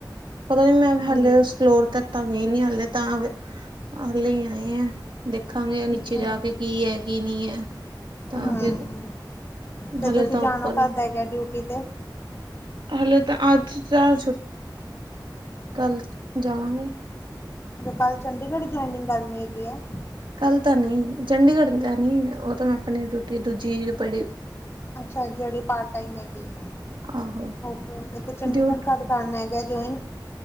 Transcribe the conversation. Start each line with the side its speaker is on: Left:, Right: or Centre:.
Right: ਪਤਾ ਨੀ ਮੈਂ
Left: ਹੂੰ
Right: ਹਲੇੇ ਉਸ ਫਲੋਰ ਤੇ ਤਾਂ ਗਈ ਨੀ ਹਲੇ ਤਾਂ ਕਲ ਹੀ ਆਏ ਆ। ਦੇਖਾਂਗੇ ਨੀਚੇ
Left: ਅੱਛਾ।
Right: ਜਾ ਕੇ ਕੀ ਹੈ। ਕੀ ਨਹੀਂ ਹੈ। ਤਾਂ
Left: ਹਮ
Right: ਫਿਰ
Left: ਤੇ
Right: ਹਾਲੇ
Left: ਤੁਸੀਂ
Right: ਤਾਂ
Left: ਜਾਣਾ
Right: ਉਪਰ,
Left: ਕਦ ਹੈਗਾ ਡਿਊਟੀ ਤੇ
Right: ਹਾਲ ਤਾਂ ਅੱਜ ਚ ਛੁ ਕੱਲ ਜਾਵਾਂਗੇ।
Left: ਕੱਲ ਚੰਡੀਗੜ੍ਹ ਜੁਆਇਨਿੰਗ ਕਰਨੀ ਹੈਗੀ ਆ।
Right: ਕੱਲ ਤਾਂ ਨੀ, ਚੰਡੀਗੜ੍ਹ ਜਾਨੀ ਉਹ ਤਾਂ ਮੈਂ ਆਪਣੀ ਰੋਟੀ ਦੂਜੀ ਰਪੜ
Left: ਅੱਛਾ ਜਿਹੜੀ ਪਾਰਟ ਟਮ ਹੈਗੀ ਆ।
Right: ਆ ਆਹੋ
Left: ਓਕੇ- ਓਕੇ ਤੇ ਚੰਡੀਗੜ੍ਹ
Right: ਡਿਊ
Left: ਕੱਦ ਕਰਨਾ ਹੈਗਾ ਜੋਇਨ।